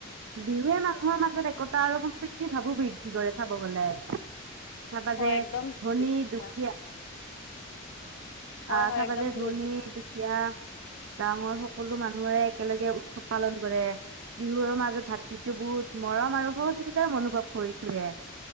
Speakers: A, on the right (about 65°); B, on the left (about 60°).
A: বিহুৱে মানুহৰ মাজত একতা আৰু সম্প্ৰীতিৰ ভাবো বৃদ্ধি কৰে চাব গলে। তাৰপাজে
B: হয় একদম ঠিক
A: ধনী,
B: কথা।
A: দুখীয়া
B: হয়
A: আহশাৰ
B: হয়
A: পাজে
B: একদম ঠিক
A: ধনী
B: আছে
A: দুখীয়া ডাঙৰ সকলো মানুহৰে একেলগে উৎসৱ পালন কৰে। বিহুৰ মাজত ভাতটো বহুত মৰম আৰু সহযোগিতাৰ অনুনোভৱ কৰি থৈয়ে।